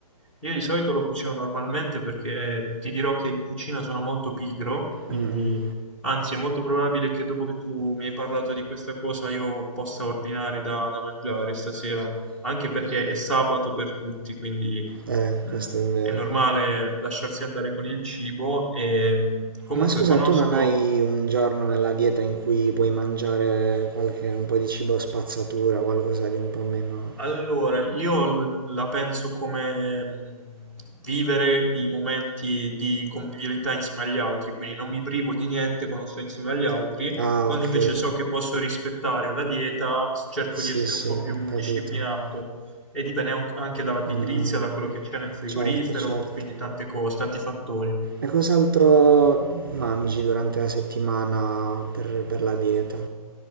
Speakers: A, in the centre; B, on the right.
A: Io di solito lo cucino normalmente perché ti dirò che in cucina sono molto pigro, quindi
B: Mm,
A: anzi è molto probabile che dopo che tu mi hai parlato di questa cosa io possa ordinare da, da mangiare stasera, anche perché è sabato per tutti, quindi
B: eh,
A: mh,
B: questo è vero.
A: è normale lasciarsi andare con il cibo e mh, comunque
B: Ma scusa,
A: conosco
B: tu non hai un giorno nella dieta in cui puoi mangiare qualche, un po' di cibo spazzatura, qualcosa di un po' meno...
A: Allora, io l- la penso come mh, vivere i momenti di convivialità insieme agli altri, quindi non mi privo di niente quando sto insieme agli altri,
B: Ah,
A: quando
B: ok.
A: invece so che posso rispettare la dieta, s- cerco
B: Sì,
A: di essere
B: sì,
A: un po' più
B: capito.
A: disciplinato e dipende an- anche dalla pigrizia,
B: Mm, mm.
A: da quello che c'è nel frigorifero,
B: Certo, certo.
A: quindi tante cose, tanti fattori.
B: E cos'altro mangi durante la settimana per, per la dieta?